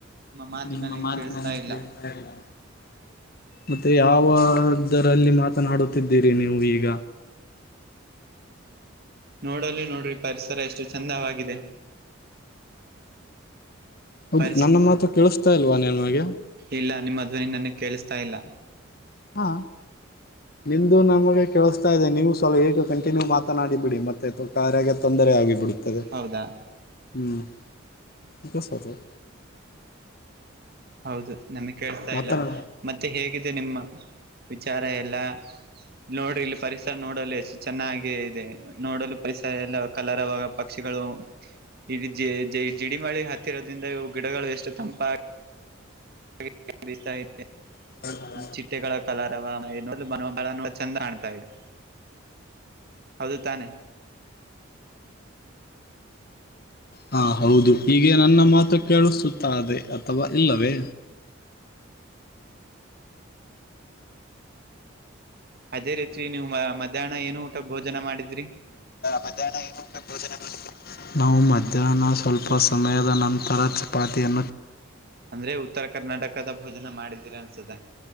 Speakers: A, on the right; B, on the left.
A: ಮಾತು
B: ನಿಮ್ಮ
A: ನನಗೆ
B: ಮಾತ
A: ಕೇಳಿಸ್ತಾ
B: ನ
A: ಇಲ್ಲ
B: ಕೆಳ್ತಾ ಇಲ್ಲಾ. ಮತ್ತೆ ಯಾವ ದರಲ್ಲಿ ಮಾತನಾಡುತ್ತಿದ್ದೀರಿ ನೀವು ಈಗ.
A: ನೋಡಲ್ಲಿ ನೋಡ್ರಿ ಪರಿಸರ ಎಷ್ಟು ಚಂದವಾಗಿದೆ.
B: ಹೌದು
A: ಪರಿಸ್
B: ನನ್ನ ಮಾತು ಕೇಳಿಸ್ತಾ ಇಲ್ವಾ ನಿಮಗೇ.
A: ಇಲ್ಲಾ ನಿಮ್ಮ ಧ್ವನಿ ನನಗ ಕೇಳಿಸ್ತಾ ಇಲ್ಲಾ.
B: ಹಾ ನಿಂದು ನಮಗ ಕೇಳಿಸ್ತಾ ಇದೆ ನೀವು ಸಹ ಏಕ ಕಂಟಿನ್ಯೂ ಮಾತನಾಡಿ ಬಿಡಿ ಮತ್ತೆ ತೋ ಕಾರ್ಯಾಗೆ ತೊಂದರೆ ಆಗಿ ಬಿಡುತ್ತದೆ
A: ಹೌದಾ
B: ಹ್ಮ. <unintelligible>
A: ಹೌದು ನಮಗ್ ಕೆಳಸ್ತಾ
B: ಮಾತನಾ
A: ಇಲ್ಲಾ ಮತ್ತೆ ಹೇಗಿದೆ ನಿಮ್ಮ ವಿಚಾರ ಎಲ್ಲಾ. ನೋಡು ಇಲ್ಲಿ ಪರಿಸರ ನೋಡಲು ಎಷ್ಟ ಚೆನ್ನಾಗಿ ಇದೆ ನೋಡಲು ಪರಿಸರ ಎಲ್ಲ ಕಲರವಾಗ ಪಕ್ಷಿಗಳು. ಇದ ಜ ಜ ಜೈ ಜಡಿಮಳಿ ಹತ್ತಿರೋದ್ರಿಂದ ಇವು ಗಿಡಗಳು ಎಷ್ಟು ತಂಪಾ <unintelligible>
B: <unintelligible>
A: ಚಿಟ್ಟೆಗಳ ಕಲರವಾ ಇನ್ನೊಂದು ಮನೋಭಾವ ಚಂದ ಕಾಣ್ತಾ ಇದೆ. ಹೌದು ತಾನೆ.
B: ಹಾಂ ಹೌದು ಇಗೆ ನನ್ನ ಮಾತು ಕೇಳಿಸುತ್ತಾದೆ ಅಥವಾ ಇಲ್ಲವೇ.
A: ಅದೇ ರೀತಿ ನೀವು ಮ ಮಧ್ಯಾಹ್ನ ಏನು ಊಟ ಭೋಜನ ಮಾಡಿದ್ರಿ.
B: ಮಧ್ಯಾನಾ ಇದುಂತ ಪೂಜೆ. ನಾವು ಮಧ್ಯಾಹ್ನ ಸ್ವಲ್ಪ ಸಮಯದ ನಂತರ ಚಪಾತಿಯನ್ನು.
A: ಅಂದ್ರೆ ಉತ್ತರ ಕರ್ನಾಟಕದ ಭೋಜನ ಮಾಡಿದೀರಿ ಅನ್ಸುತ್ತೆ.